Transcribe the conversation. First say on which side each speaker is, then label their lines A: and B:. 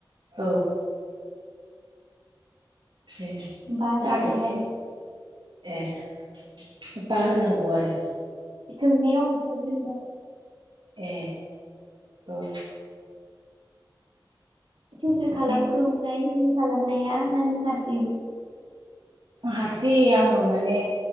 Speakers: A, on the right; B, on the right.
A: औ। दे
B: बा जाबायहाय
A: हाथरखि ए। बाहोनांगौ आरो
B: सोंनायाव ओंखारगोन दा।
A: ए औ।
B: सुसि
A: बेखाय
B: खालामखो ओमफ्राय। खालामनाया ना नों हारसिं?
A: हारसि आङो माने